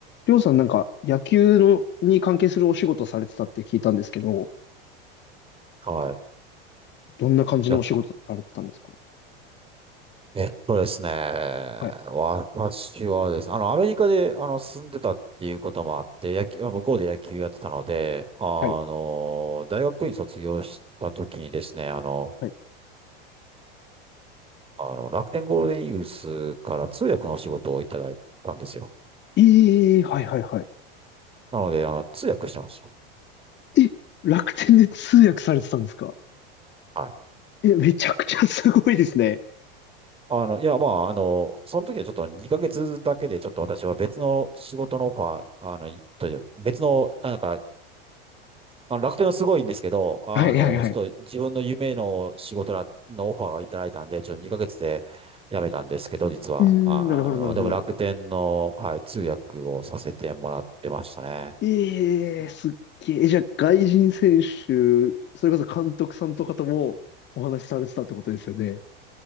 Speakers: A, on the left; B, on the right.
A: りょうさんなんか野球のに関係するお仕事されてたって聞いたんですけど、
B: はい。い
A: どんな感じのお仕事されてたんですか
B: や、えっとですね。
A: はい、
B: 私はですね、あの、アメリカで、あの、住んでたっていうこともあって、野球、まあ向こうで野球やってたので、あの、
A: はい、
B: 大学院卒業した時にですね、あの、
A: はい。
B: あの、楽天ゴールデンイーグルスから通訳のお仕事をいただいたんですよ。
A: ええはい、はい、はい。
B: なので、あの、通訳してました。
A: え、楽天で通訳されてたんですか
B: はい。
A: え、めちゃくちゃすごいですね。
B: あの、いや、まあ、あの、その時はちょっと2ヶ月だけで、ちょっと私は別の仕事のオファー、あの、いという別の、なんか、あの楽天はすごいんですけど、あの、
A: はい、はい、はい。
B: ちょっと自分の夢の仕事らのオファーがいただいたんで、ちょっと2ヶ月で辞めたんですけど、実は。
A: うーん、
B: あの、
A: なるほど、なるほど。
B: でも楽天の、はい、通訳をさせてもらってましたね。
A: ええすっげえ。じゃあ、外人選手、それこそ監督さんとかともお話しされてたってことですよね。